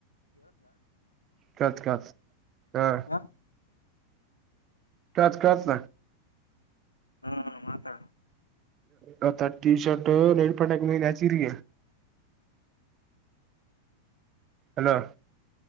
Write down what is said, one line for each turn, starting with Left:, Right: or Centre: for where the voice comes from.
Right: ಕಳತ ಕಾಸು ಹಾ
Left: ಹ
Right: ಫಸ್ಟ್ ಕ್ಲಾಸ್
Left: ಹಾ ಮಾತಡ
Right: ಇವತು ಟಿಶರ್ಟ ನೈಟ್ ಪ್ಯಾಂಟ್ ಹೈಕಮಂದಿನಿ Yadgir hello